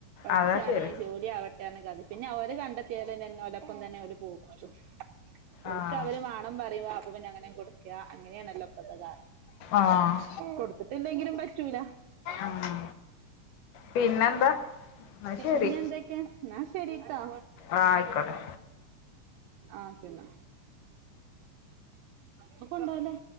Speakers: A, on the right; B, on the left.
A: പഠിച്ചാണ്
B: അതാ ശരി
A: ജോലി ആവട്ടെന്ന കഥ പിന്നെ അവര് കണ്ടെത്തിയാലുംെ ഒലപ്പം തന്നെ അവര് പോൂടുത്തു ഒക്ക്
B: ആഹ്
A: അവര് വേണം പറ അപ്പ പിന്നെ അങ്ങനെ കൊടുക അങ്ങനെയണല്ലോ ഇപത്തെ കാലം
B: ആഹ്
A: കൊടുത്തിട്ടില്ലെങ്കിലും പറ്റൂല
B: ആഹ് പിന്നെന്താ
A: ഉ
B: എന്നാ
A: പിന്നെ
B: ശരി
A: എന്തൊക്കെയ ന്നാ ശരിട്ടാ
B: ആഹ് ആയിക്കോട്ടെ
A: ആക്കെന്നാ ത്കൊണ്ടല്ലേ